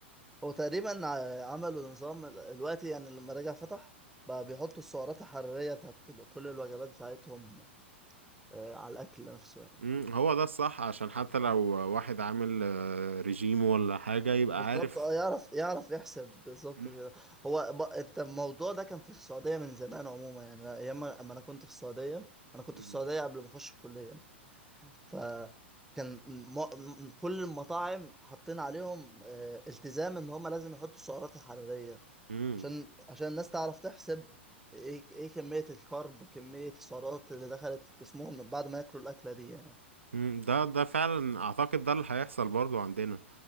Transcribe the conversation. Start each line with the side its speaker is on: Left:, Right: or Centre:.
Centre: هو تقريبا ع- عملوا نظام ال- الوقت يعني لما رجع فتح بقى بيحطوا السعرات الحرارية بتاعت ال- كل الوجبات بتاعتهم آه، على الأكل نفسه يعني
Right: مم، هو ده الصح عشان حتى لو واحد عامل آه، ريجيم ولا حاجة يبقى
Centre: بالظبط
Right: عارف
Centre: اه يعرف يعرف يحسب بالظبط
Right: مم،
Centre: كده هو ب... انت الموضوع ده كان في السعوديه من زمان عموما يعني أنا- ايام ما أما انا كنت في السعوديه انا كنت
Right: مم،
Centre: في السعوديه قبل ما اخش الكليه فكان م... م- كل المطاعم حاطين عليهم آه، التزام ان هم لازم يحطوا السعرات الحراريه
Right: مم،
Centre: عشان عشان الناس تعرف تحسب ايه ايه كميه الكارب كميه السعرات اللي دخلت في جسمهم من بعد ما ياكلوا الاكله دي يعني
Right: مم. ده ده فعلا اعتقد ده اللي هيحصل برضو عندنا